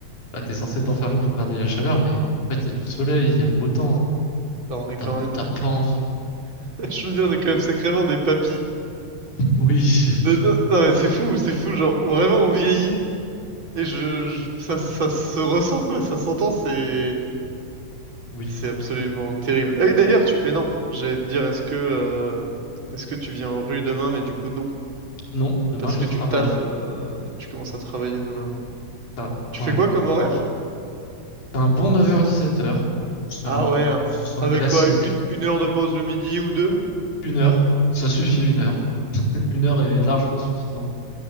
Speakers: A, on the left (about 85°); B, on the right (about 40°).
A: bah t'es censé t'enfermer pour garder la chaleur, mais en fait, il y a du soleil, il y a le beau temps.
B: Enfin, on
A: Ah,
B: est
A: T'as
B: quand même.
A: t'as pas envie, quoi.
B: <laughs> Je veux dire, on est quand même sacrément des papys
A: Oui. <laughs>
B: De- de- Non mais c'est fou, c'est fou, genre vraiment on vieillit et je, je- ça, ça se ressent quoi, ça s'entend, c'est
A: Oui.
B: c'est absolument terrible. Ah oui d'ailleurs tu, mais non, j'allais te dire est-ce que euh, est-ce que tu viens aux rues demain, mais du coup non,
A: Non, demain
B: parce
A: je
B: que
A: travaille.
B: tu taffes, euh, tu commences à travailler demain.
A: Ça,
B: Tu
A: ouais.
B: fais quoi comme horaire?
A: C'est un bon 9h-17h. C'est
B: Ah
A: un, cl-
B: ouais, hein.
A: c'est un
B: Avec
A: classique.
B: quoi, une, une heure de pause le midi ou deux?
A: Une heure. Ça suffit une heure. <laughs> Une heure est largement suffisant.